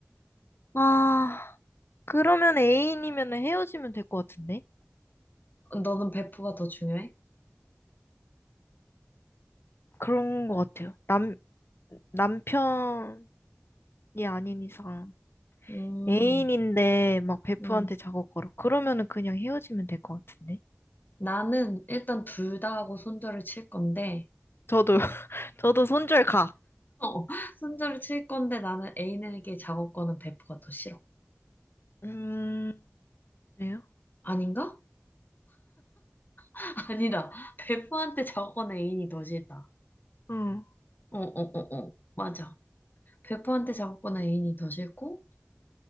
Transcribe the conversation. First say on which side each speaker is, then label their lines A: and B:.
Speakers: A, on the left; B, on the left.
A: 아, 그러면 애인이면 헤어지면 될 것 같은데?
B: 너는 베프가 더 중요해?
A: 그런 것 같아요. 남 남편이 아닌 이상.
B: 음,
A: 애인인데 막 베프한테
B: 음.
A: 작업 걸어. 그러면은 그냥 헤어지면 될 것 같은데.
B: 나는 일단 둘 다 하고 손절을 칠 건데,
A: 저도 <laughs> 저도 손절 가.
B: <laughs> 어, 손절을 칠 건데 나는 애인에게 작업 거는 베프가 더 싫어.
A: 음, 왜요?
B: 아닌가? <laughs> 아니다. 베프한테 작업 거는 애인이 더 싫다.
A: 응.
B: 어, 어, 어, 어. 맞아. 베프한테 작업 거는 애인이 더 싫고,